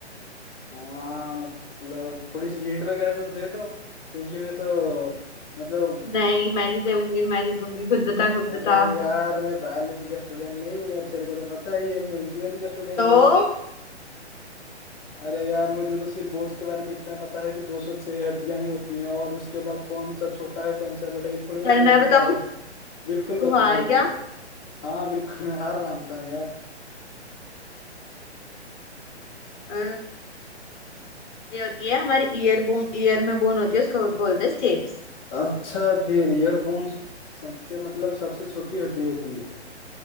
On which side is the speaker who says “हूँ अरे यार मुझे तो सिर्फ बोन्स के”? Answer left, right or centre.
Left